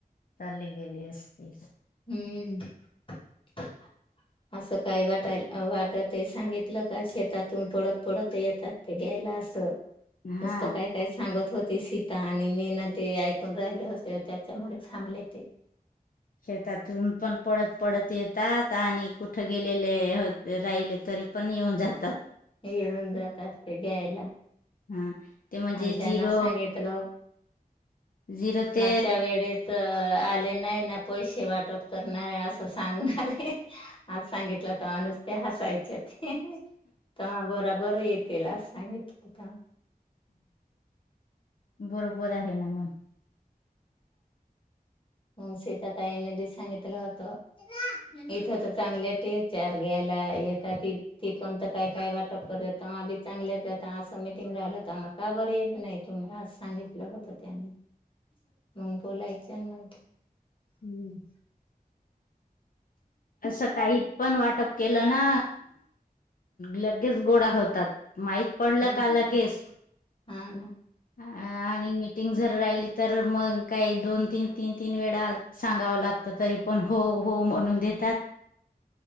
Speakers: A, on the left; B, on the left.
A: चालले गेले असतेच.
B: हम्म असं काय वाटाय वाटत ते सांगितलं का शेतातून पडत पडत येतात ते घ्यायला असं.
A: हा
B: नुसतं काय काय सांगत. होती सीता आणि नी ना ते ऐकून राहिले होते त्याच्यामुळे थांबले ते.
A: शेतातून पण पळत पळत येत. का ता आणि कुठं गेलेले हो राहिले तरी पण येऊन जातात.
B: येऊन जातात ते घ्यायला.
A: हा ते म्हणजे
B: एन त्यांना
A: झिरो
B: सांगितलं.
A: झिरो ते
B: माघच्या वेळेस स आले नाही ना पैसे वाटप करणार आहे असं सांगणार आहे हे आज सांगितलं तर नुस त्या हसायच्या ते ते्हा बरा बर येतील अस सांगितलं.
A: बरोबर, आहे ना मग.
B: मग शीता ताईनेबी सांगितलं होतं. इथं तर चांगल्या टीचार घ्यायला येेत त ती पण तर काय काय वाटत परत बी चांगले जात असं मिटिंग राहिलं तर आम काबर येत नाही तुम्ही आज सांगितलं होतं त्यानी. मग बोलायच आणि मग
A: हम्म. असं काही पण वाटप केलं ना लगेच गोडा होतात माहीत पडलं
B: हम्म
A: का लगेच.
B: हा ना
A: अ आणि मीटिंग जर राहिली तर मग काही दोन तीन तीन तीन वेळा सांगावं लागत तरी पण हो हो म्हणून देत.